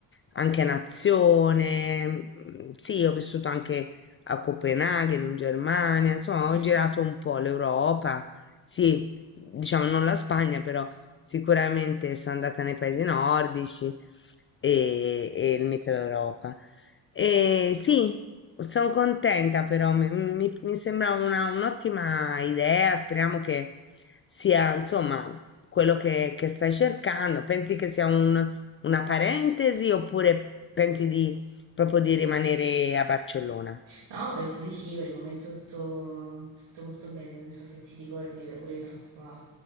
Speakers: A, on the left; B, on the right.
A: anche nazione. Mm, Sì, ho vissuto anche a Copenaghen, in Germania, insomma,
B: Mm.
A: ho girato un po' l'Europa. Sì, diciamo non la Spagna, però Sicuramente sono andata nei paesi nordici e, e il Mittel Europa. E sì, sono contenta però, mi, mi- mi sembra una- un'ottima idea, speriamo che sia insomma quello che, che stai cercando. Pensi che sia un- una parentesi oppure pensi di proprio di rimanere a Barcellona?
B: No, penso di sì, per il momento tutto, tutto molto bene, non so se ti ricordi, però pure io sono stata